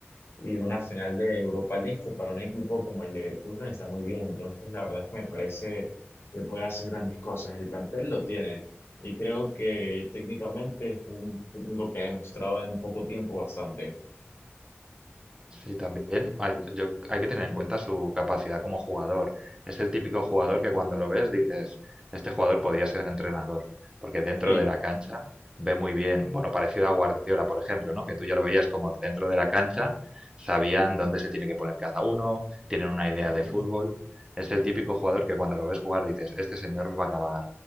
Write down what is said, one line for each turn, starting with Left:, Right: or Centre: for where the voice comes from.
Left: y una final de Europa League que para un equipo como el Leverkusen está muy bien. Entonces, la verdad es que me parece que puede hacer grandes cosas. El plantel lo tiene, y creo que técnicamente es un técnico que ha demostrado en poco tiempo bastante.
Right: Sí, también hay, yo- hay que tener en cuenta su capacidad como jugador. Es el típico jugador que cuando lo ves dices, este jugador podría ser entrenador, porque dentro
Left: Sí,
Right: de la cancha ve muy bien, bueno, parecido a Guardiola, por ejemplo, ¿no? Que tú ya lo veías como dentro de la cancha, sabían dónde se tiene que poner cada uno, tienen una idea
Left: ujú,
Right: de fútbol. Es el típico jugador que cuando lo ves jugar dices, este señor va a acabar